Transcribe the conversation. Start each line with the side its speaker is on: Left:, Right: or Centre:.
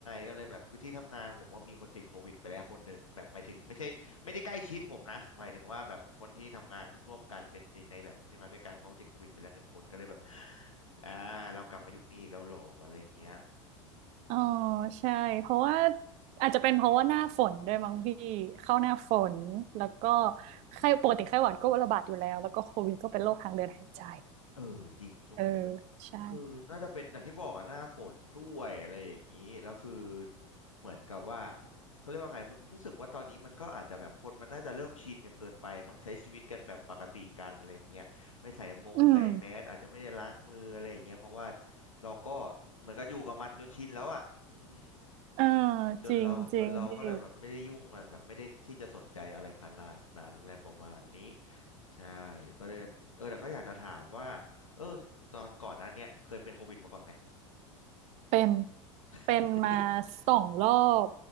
Left: ก็เลยแบบพื้นที่ทำงานผมก็มีคนติดโควิดไปแล้วคนหนึ่งแบบหมายถึงไม่ใช่ไม่ได้ใกล้ชิดผมนะหมายถึงว่าแบบคนที่ทำงานร่วมกันเป็นในในแบบที่ำงานด้วยกันเขาติดโควิดไปแล้วหนึ่งคนก็เลยแบบอ่าเรากลับมายุคนี้อีกแล้วเหรออะไรอย่างเงี้ย
Right: อ๋อใช่เพราะว่าอาจจะเป็นเพราะว่าหน้าฝนด้วยมั้งพี่เข้าหน้าฝนแล้วก็ไข้ปกติไข้หวัดก็ระบาดอยู่แล้วแล้วก็โควิดก็เป็นโรคทางเดินหายใจ
Left: เออจริงช่วงนี้แบบ
Right: เออใช่
Left: คือน่าจะเป็นอย่างที่บอกอะหน้าฝนด้วยอะไรอย่างนี้แล้วคือเหมือนกับว่าเขาเรียกว่าไงผมรู้สึกว่าตอนนี้มันก็อาจจะแบบคนมันน่าจะเริ่มชินกันเกินไปมั้งใช้ชีวิตกันแบบปกติกันอะไรอย่างเงี้ยไม่ใส่มงใส่แมสอาจจะไม่ได้ล้างมืออะไรอย่างเงี้ยเพราะว่า
Right: อืม
Left: เราก็เหมือนกับอยู่กับมันจนชินแล้วอะอืม
Right: เออ
Left: จนเราจนเราก็เลยแบบไม่ได้ยุ่งอะแบบไม่ได้ที่จะสนใจอะไรขนาดนั้นอะไรประมาณนี้
Right: จริงจริงพี่
Left: ใช่ก็เลยเออแต่ก็อยากจะถามว่าเออตอนก่อนหนั้นเนี่ยเคยเป็นโควิดมาก่อนไหม
Right: เป็น
Left: <laughs>
Right: เป็นมาสองรอบ